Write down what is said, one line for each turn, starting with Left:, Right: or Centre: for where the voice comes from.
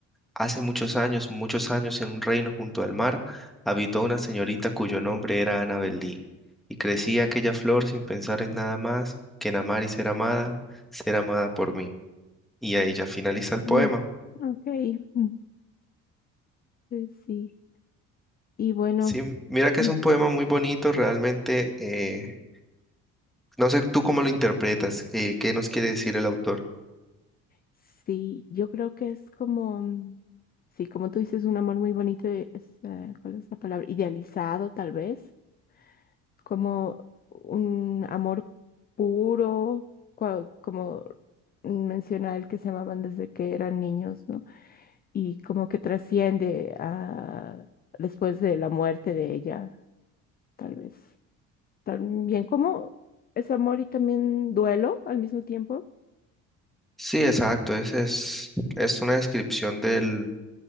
Centre: Hace muchos años, muchos años, en un reino junto al mar, habitó una señorita cuyo nombre era Annabel Lee, y crecía aquella flor sin pensar en nada más que en amar y ser amada, ser amada por mí. Y ahí ya finaliza el
Left: Mm,
Centre: poema.
Left: Ok, mm, eh, sí. Y bueno,
Centre: Sí, mira que
Left: mm,
Centre: es un poema muy bonito, realmente. eh, no sé tú cómo lo interpretas, eh, qué nos quiere decir el autor.
Left: sí, yo creo que es como, mm, sí, como tú dices, un amor muy bonito, y es, eh, ¿cuál es la palabra? Idealizado, tal vez. como un amor puro, cua- como menciona él que se amaban desde que eran niños, ¿no? Y como que trasciende a después de la muerte de ella, tal vez. También como es amor y también duelo al mismo tiempo.
Centre: Sí, exacto, es, es, es una descripción del,